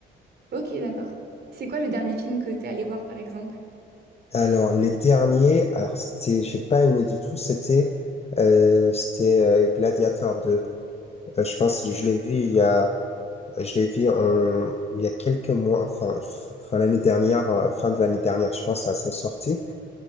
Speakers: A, on the right; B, on the left.
A: Ok, d'accord. C'est quoi le dernier film que t'es allé voir, par exemple?
B: Alors, les derniers, alors c'était, j'ai pas aimé du tout, c'était euh, c'était euh, Gladiator 2. Euh, je pense que je l'ai vu il y a Je l'ai vu en- il y a quelques mois, enfin, enfin l'année dernière, euh, fin de l'année dernière, je pense, à sa sortie.